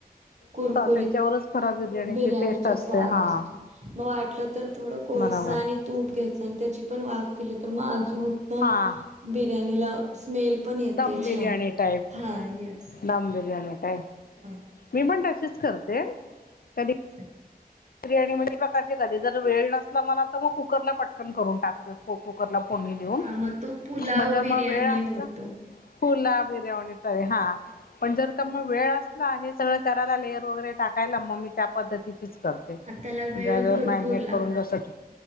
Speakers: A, on the right; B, on the left.
A: कुरकुरीत,
B: त्याच्यावरच खरा बिर्याणीची
A: बिर्याणीचा
B: टेस्ट असते
A: स्वाद
B: हा.
A: असतो, मग वाटलं तर थोडं कोळसा
B: बरोबर
A: आणि तूप घ्यायच, आणि त्याची पण वाफ केली तर म अजून उत्तम
B: हा
A: बिर्याणीला स्मेल पण येतय
B: दम बिर्याणी
A: छान.
B: टाईप
A: हा येस.
B: दम बिर्याणी होते,
A: हा
B: मी पण तशीच करते. कधी
A: अच्छा.
B: बिर्याणी म्हणे प्रकारची कधी, जर वेळ नसला मला तर मग कुकरला पटकन करून टाकते. कुकरला फोडणी देऊन,
A: हा मग तो पुलाव
B: म्हणज
A: बिर्याणी
B: म वेळ असला
A: होतो.
B: फुलाव बिर्यावणी तरी हा, पण जर मग वेळ असला, हे सगळं करायला लेअर वगैरे टाकायला मग मी त्या पद्धतीच म्हणजे
A: हा त्याला वेळ
B: अगं
A: भरपूर
B: मॅगिनेट
A: लागतो.
B: करून बसत.